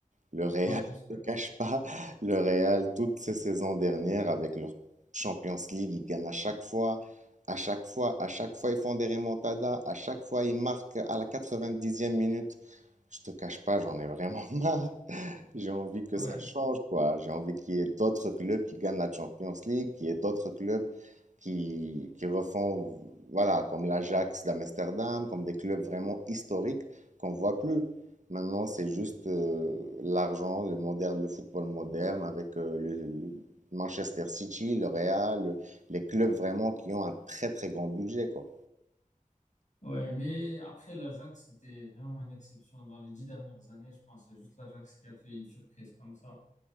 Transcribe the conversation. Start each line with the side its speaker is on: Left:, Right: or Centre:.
Right: Le Real,
Left: ouais, j'espère.
Right: <laughs> je te cache pas, le Real, toutes ces saisons dernières, avec leur Champions League, ils gagnent à chaque fois, à chaque fois, à chaque fois, ils font des remontadas, à chaque fois, ils marquent à la quatre-vingt-dixième minute. Je te cache pas, j'en ai vraiment <laughs> marre. J'ai envie que
Left: Ouais,
Right: ça change, quoi. J'ai envie qu'il y ait d'autres clubs qui gagnent la Champions League, qu'il y ait d'autres clubs qui, qui refont, voilà, comme l'Ajax d'Amsterdam, comme des clubs vraiment historiques qu'on voit plus. Maintenant, c'est juste euh, l'argent, le moderne, le football moderne avec euh, le, le Manchester City, le Real, le- les clubs vraiment qui ont un très très grand budget, quoi.
Left: ouais, mais après l'Ajax, c'était vraiment une exception. Dans les dix dernières années, je pense, c'est juste l'Ajax qui a fait une surprise comme ça.